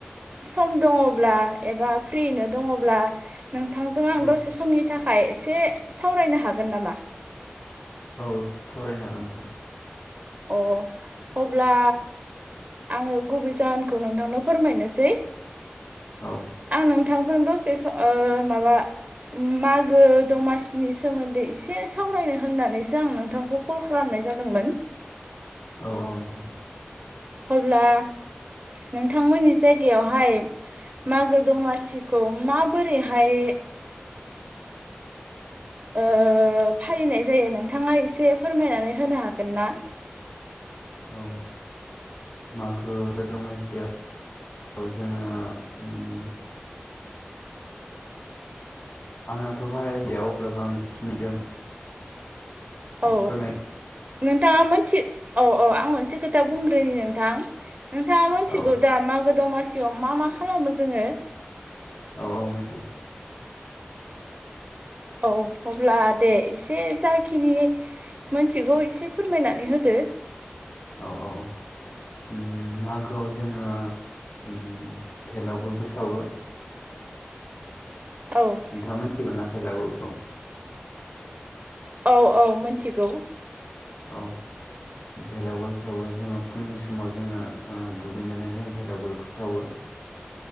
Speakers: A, on the right (about 40°); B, on the left (about 55°).
A: सम दङब्ला एबा फ्रिनो दङब्ला नोंथांजों आं
B: औ
A: दसे समनि थाखाय एसे सावरायनो हागोन नामा?
B: औ सावरायनो हागोन नोंथां।
A: अ अब्ला आङो गुबै जाहोनखौ नोंथांनो फोरमायनोसै
B: औ
A: आं नोंथांजों दसे माबा मागो दमासिनि सोमोन्दै एसे सावरायनो होननानैसो आं नोंथांखौ कल खालामनाय जादोंमोन।
B: औ औ नोंथां।
A: अब्ला नोंथांमोननि जायगायावहाय मागो दमासिखौ माबोरैहाय ओ फालिनाय जायो नोंथाङा एसे फोरमायनानै होनो हागोन ना?
B: औ मागो गो दमायसियाव जोङो उम आंनाथ' बारा जाया अब्लाबो आं खिनदों
A: औ
B: फोरमाय
A: नोंथाङा मोनथि औ औ आं मोनसे खोथा बुंग्रोनि नोंथां नोंथाङा मिथिगौ
B: औ
A: दा मागो दंमासि सियाव मा मा खालामो जोङो
B: औ औ मोथिगौ।
A: औ अब्ला दे एसे जाखिनि मोनथिगौ एसे फोरमायनानै होदो।
B: औ औ औ उम मागोआव जोङो उम भेलागुरबो सावो।
A: औ
B: नोंथाङा मिथिगौना भेलागुरखौ?
A: औ औ मिथिगौ।
B: औ भेलागुर सावो जोङो फुंनि समाव जोङो दुगैनानै जों भेलागुरखौ सावो।